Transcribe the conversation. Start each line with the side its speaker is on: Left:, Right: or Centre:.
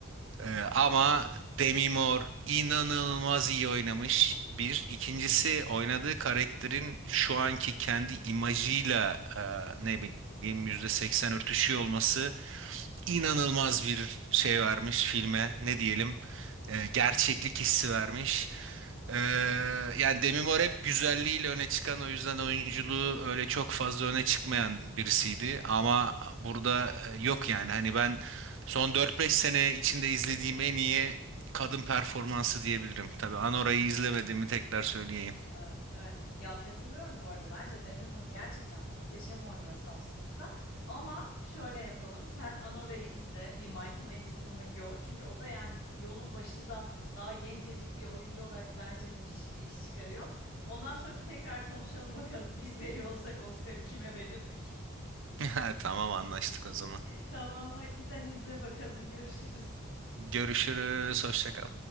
Right: Ee, ama Demi Moore inanılmaz iyi oynamış. Bir. İkincisi oynadığı karakterin şu anki kendi imajıyla e, ne bileyim %80 örtüşüyor olması inanılmaz bir şey vermiş filme. Ne diyelim? E, gerçeklik hissi vermiş. Ee, yani Demi Moore hep güzelliğiyle öne çıkan o yüzden oyunculuğu öyle çok fazla öne çıkmayan birisiydi. Ama burada e, yok yani hani ben son dört beş sene içinde izlediğim en iyi kadın performansı diyebilirim. Tabii Anora'yı izlemediğimi tekrar söyleyeyim.
Left: Evet, evet. Ya katılıyorum bu arada. Bence Demi Moore gerçekten muhteşem oynuyor Substance'da. Ama şöyle yapalım. Sen Anore'yi izle, bir Mikey Madison'ı gör. Çünkü o da yani yolun başında daha gencecik bir oyuncu olarak bence müthiş bir iş çıkarıyor. Ondan sonra bir tekrar konuşalım bakalım. Biz veriyor olsak Oscar'ı kime verirdik?
Right: <laughs> Tamam anlaştık o zaman.
Left: <laughs> Tamam, hadi sen izle bakalım. Görüşürüz.
Right: Görüşürüz. Hoşça kal.